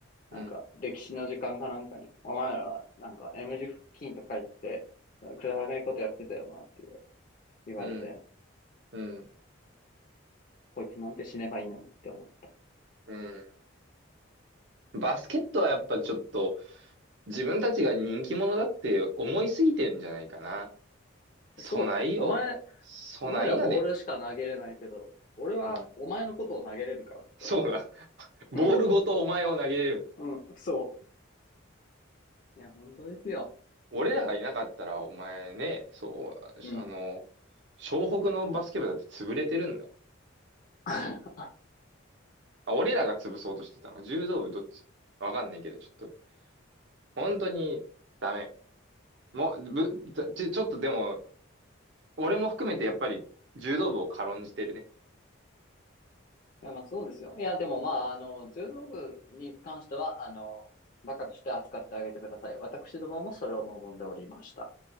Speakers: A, on the right; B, on the left.
A: うん、
B: なんか、歴史の時間かなんかに、お前ら、なんか、M 字付近とか言って、くだらねえことやってたよなって言われて、
A: うん、うん、
B: こいつなんて死ねばいいのにって思っ
A: うん。バスケットはやっぱちょっと、自分たちが人気者だって思いすぎてんじゃないかな。そないよ。
B: て。そうだよ。お前、
A: そないやで。
B: お前らボールしか投げれないけど、俺はお前のことを投げれるからって思ってた。
A: うん。そうだ。ボールごとお前を投げれる。
B: うん。うん、そう。いや、本当ですよ。
A: 俺らがいなかったら、
B: うん。
A: お前ね、そう、
B: うん。
A: あの、湘北のバスケ部だって潰れてるんだ
B: <laughs>
A: あ、俺らが潰そうとしてたの。柔道部どっちわかんないけど、ちょっと、本当にダメ。もう、ぶ、ちょ、ちょちょっとでも、俺も含めてやっぱり柔道部を軽んじてるね。
B: いや、まあそうですよ。いや、でもまあ、あの、柔道部に関しては、あの、バカとして扱ってあげてください。私どももそれを望んでおりました。